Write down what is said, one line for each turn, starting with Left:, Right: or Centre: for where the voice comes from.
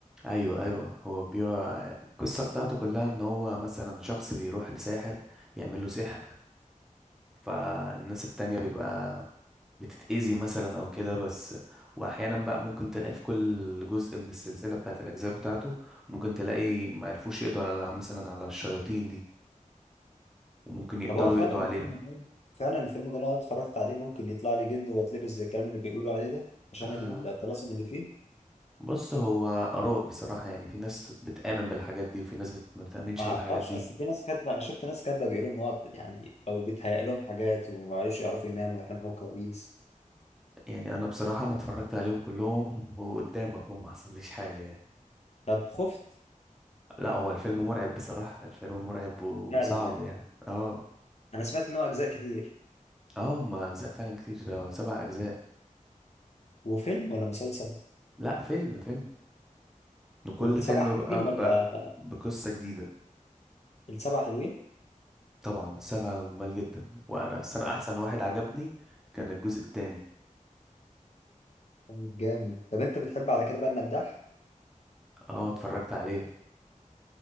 Centre: ايوه ايوه هو بيو القصه بتاعته كلها ان هو مثلا شخص بيروح لساحر يعمل له سحر فالناس التانية بيبقى بتتأذي مثلا أو كده بس وأحيانا بقى ممكن تلاقي في كل جزء من السلسلة بتاعة الأجزاء بتاعته ممكن تلاقي ما يعرفوش يقضوا على مثلا على الشياطين دي وممكن يقدروا
Left: طب هو فعلا
Centre: يقضوا عليها
Left: الفيلم ده فعلا الفيلم ده لو انا اتفرجت عليه ممكن يطلع لي جن واتلبس زي الكلام اللي بيقولوا عليه ده عشان
Centre: آه
Left: الطلاسم اللي فيه
Centre: بص هو آراء بصراحة يعني في ناس بتآمن بالحاجات دي وفي ناس بت... ما بتآمنش
Left: ما
Centre: بالحاجات
Left: اعرفش
Centre: دي
Left: اصل في ناس كاتبه انا شفت ناس كاتبه بيقولوا ان هو يعني بقوا بيتهيأ لهم حاجات وما بقوش يعرفوا يناموا ويحلموا كوابيس
Centre: يعني أنا بصراحة أنا اتفرجت عليهم كلهم وقدامك وما حصليش حاجة يعني
Left: طب خفت
Centre: لا هو الفيلم مرعب بصراحة الفيلم مرعب و-
Left: فعلا
Centre: وصعب
Left: يعني
Centre: يعني اه
Left: انا سمعت ان هو اجزاء كتير
Centre: اه هما اجزاء فعلا كتير آه، سبع اجزاء
Left: وفيلم ولا مسلسل
Centre: لا فيلم فيلم وكل
Left: والسبع
Centre: فيلم بقى
Left: حلوين
Centre: ب-
Left: ولا
Centre: بقصة جديدة
Left: السبع حلوين
Centre: طبعا سبعة جمال جدا وانا السنة احسن واحد عجبني كان الجزء التاني
Left: طيب جامد طب انت بتحب على كده بقى المداح
Centre: اه اتفرجت عليه